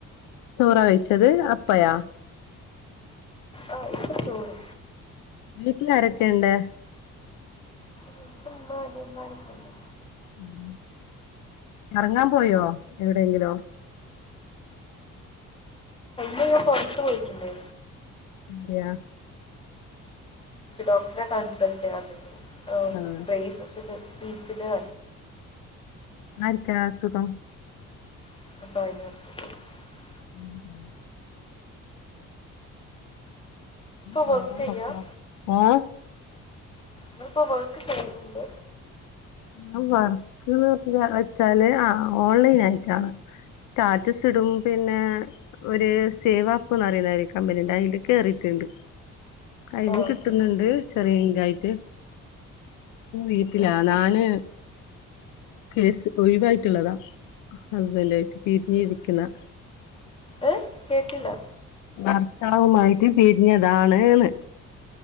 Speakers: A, on the left; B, on the left.
A: ചോറ കയിച്ചത് അപ്പയാ
B: ആ ഇപ്പൊ ചോറ്
A: വീട്ടിലാരൊക്കെ ഇണ്ട്
B: വീട്ടിലും ഉമ്മ അനിയന്മാരൊക്കെ ഉണ്ട്
A: ഉം കറങ്ങാ പോയോ എവിടെയെങ്കിലും
B: നിങ പുറത്തു പോയിട്ടുണ്ടായിന്
A: എവിടെയാ
B: ഡോക്ടറെ കൻസൽട്ട് ചെയ്യാണ്ടായി നി
A: ആഹ്
B: ഡ്ര യ്യ്സ്സ്സിൻ്റ ബി <inaudible> ഫിനാ
A: ന്ന് ആർക്ക അസുഖം
B: <unintelligible>
A: ഉന്ന
B: ഇപ്പോൾ
A: വേറെ
B: വർക്ക്
A: എന്താക്ക
B: ചെയ്യാം
A: ആഹ
B: നമ്മിപ്പോ വെർക്ക് ചെയ്യുന്നുണ്ട്
A: ഞാൻ വർക്ക്ന്ന് വെച്ചാല് ആ ഓൺലൈൻ ആയിട്ടാണ് സ്റ്റാറ്റസ് ഇടും പിന്നെ ഒരു സേവ് ആപ്പ്ന്ന് പറയുന്ന ഒരു കമ്പനീണ്ട്. അതിൽ കേറിട്ടുണ്ട്. അതിന്നും
B: ആ അങ്ങനെ
A: കിട്ടുന്നുണ്ട് ചെറിയ ഇൻകായിട്ട് വീട്ടിലാ
B: ഉം,
A: ഞാന് കേസ് ഒഴിവായിട്ടുള്ളതാ ഹസ്ബൻഡ് ആയിട്ട് പിരിഞ്ഞിയിരിക്കുന്നത
B: ഉം. ഏ കേട്ടില്ല
A: ഭർത്താവുമായിട്ട് പിരിഞ്ഞതാണ്ന്ന്